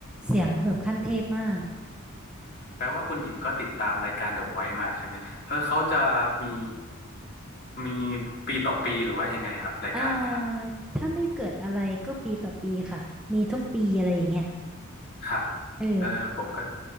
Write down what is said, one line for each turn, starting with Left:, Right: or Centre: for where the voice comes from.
Centre: เสียงคือแบบขั้นเทพมาก
Left: แปลว่าคุณหญิงก็ติดตามรายการเดอะไวท์มาใช่ไหมเออเขาจะมีมีปีต่อปีหรือว่ายังไงครับรายการเนี้ยครับ
Centre: อ่าถ้าไม่เกิดอะไรก็ปีต่อปีค่ะมีทุกปีอะไรอย่างเงี้ย
Left: ครับ
Centre: เออ
Left: เออผมก็